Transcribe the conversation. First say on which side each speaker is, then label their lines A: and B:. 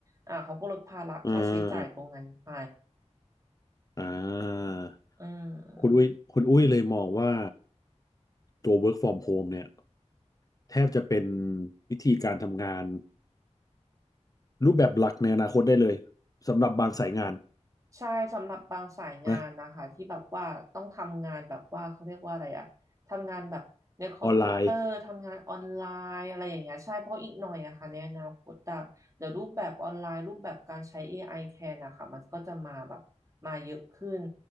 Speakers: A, on the right; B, on the left.
A: อ่าเขาก็ลดภาระค่าใช้จ่ายตรงนั้นไป
B: อ่า อ่า
A: อืม
B: คุณอุ้ยคุณอุ้ยเลยมองว่าตัว work from home เนี่ยแทบจะเป็นวิธีการทำงานรูปแบบหลักในอนาคตได้เลยสำหรับบางสายงาน
A: ใช่สำหรับบางสายงานนะคะที่แบบว่าต้องทำงานแบบว่าเขาเรียกว่าอะไรอะทำงานแบบในคอมพิวเตอร์ทำงานออนไลน์อะไรอย่างเงี้ยใช่เพราะอีกหน่อยอะค่ะในอนาคตอะเดี๋ยวรูปแบบออนไลน์รูปแบบการใช้
B: นะออนไลน์
A: AI แทนนะคะมันก็จะมาแบบมาเยอะขึ้น